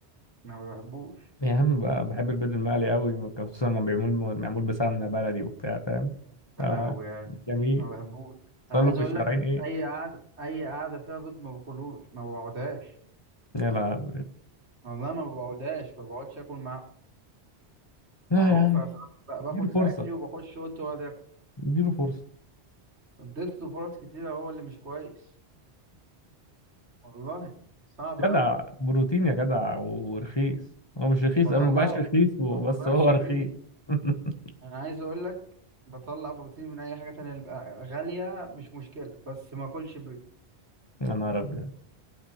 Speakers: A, on the right; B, on the left.
A: انا ما بحبوش
B: يا عم ب- بحب البيض المقلي قوي خصوصا لما بيعمل معمول بسمنه بلدي وبتاع فاهم
A: يا
B: آه
A: لهوي يعني
B: جميل
A: ما بحبوش
B: صلوا
A: انا عايز
B: في
A: اقول
B: الشرايين
A: لك
B: ايه
A: اي قعده اي قعده فيها بيض ما باكلوش ما بقعدهاش
B: يا لا
A: والله ما بقعدهاش ما بقعدش اكل معاه
B: لا
A: معروف
B: يا عم
A: يا صاحبي بقى باخد
B: اديله
A: ساعتلي
B: فرصه
A: وبخش اوضتي واقعد اكل
B: اديله فرصه
A: اديت له فرص كتيره هو اللي مش كويس والله صعب قوي
B: جدع بروتين يا جدع ورخيص هو مش رخيص
A: بطلعه
B: او ما بقاش رخيص بس
A: هو ما بقاش
B: هو رخيص
A: رخيص
B: <laughs>
A: انا عايز اقول لك بطلع بروتين من اي حاجه تانية اللي بقى غاليه مش مشكله بس ما اكلش بيض
B: يا نهار ابيض